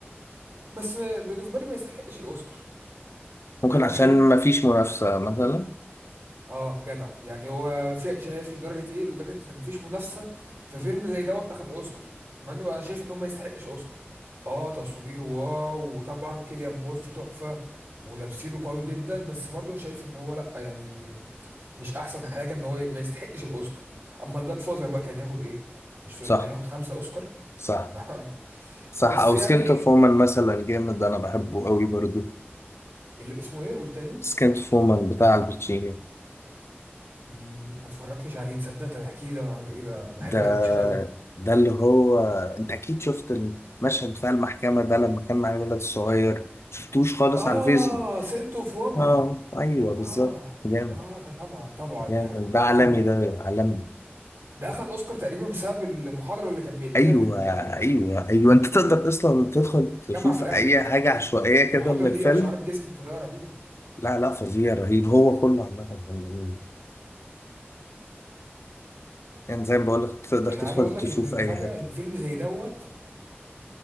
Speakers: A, on the right; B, on the left.
A: بس آه، بالنسبه لي ما يستحقش الاوسكار
B: ممكن
A: فيلم
B: عشان
A: حلو
B: ما فيش منافسة مثلا
A: اه جدع يعني هو في- شايف لدرجه ايه لدرجه ان مفيش منافسه في فيلم زي دوت اخد اوسكار مع انه انا شايف ان هو ما يستحقش اوسكار اه تصوير واو وطبعا كيليان مورفي تحفه وتمثيله قوي جدا بس برضه أنا شايف ان هو لا يعني مش احسن حاجه ان هو ما يستحقش الاوسكار اما الجاد فازر بقى كان ياخد ايه مش فاهم
B: صح
A: كان ياخد خمسه اوسكار
B: صح
A: <laughs> ما
B: صح
A: بس
B: او
A: يعني
B: سكنت فورمان مثلا جامد انا بحبه قوي برضو
A: اللي اسمه ايه قول تاني
B: سكنت فورمان بتاع الباتشينو
A: مم، ما اتفرجتش عليه تصدق طب احكي لي ده عن ايه ده بحب
B: ده
A: الباتشينو قوي
B: ده اللي هو انت اكيد شفت المشهد بتاع المحكمة ده لما كان مع الولد الصغير شفتوش خالص
A: اه
B: على الفيسبوك
A: سنت اوف وومن
B: اه ايوه بالظبط
A: اه
B: جامد
A: اه طبعا طبعا يعني
B: جامد
A: ده
B: ده
A: رهيب
B: عالمي ده عالمي
A: ده اخد اوسكار تقريبا بسبب المحاضره اللي كان بيديها
B: ايوه
A: للجامعه
B: ايوه ايوه انت تقدر اصلا تدخل تشوف
A: في الاخر
B: اي حاجة عشوائية
A: المحاضره
B: كده من الفيلم
A: دي اشعرت جسمي بطريقه رهيبه
B: لا لا فظيع رهيب هو كله عامة كان جميل يعني زي ما بقولك تقدر
A: يعني
B: تدخل
A: عايز اقول لك
B: تشوف
A: ان المفاجاه
B: اي حتة
A: ان فيلم زي دوت